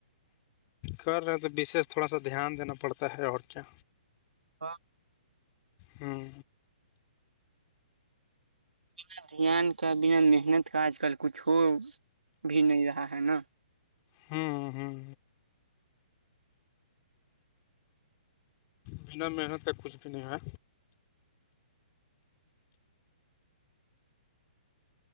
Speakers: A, on the left; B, on the right.
A: کر رہے ہیں تو وشیش تھوڑا سا دھیان دینا پڑتا ہے اور کیا
B: ہاں
A: ہاں
B: بنا دھیان کا بنا محنت کا آج کل کچھ ہو بھی نہیں رہا ہے نا
A: ہوں ہوں بنا محنت کے کچھ بھی نہیں ہے
B: <inaudible> <inaudible>